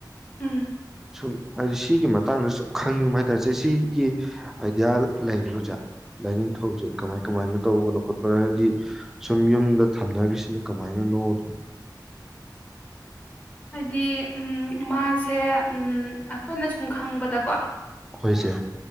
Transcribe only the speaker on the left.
ꯎꯝ
ꯍꯥꯏꯗꯤ ꯎꯝ ꯃꯥꯁꯦ ꯎꯝ ꯑꯈꯣꯏꯅ ꯁꯨꯝ ꯈꯪꯕꯗꯀꯣ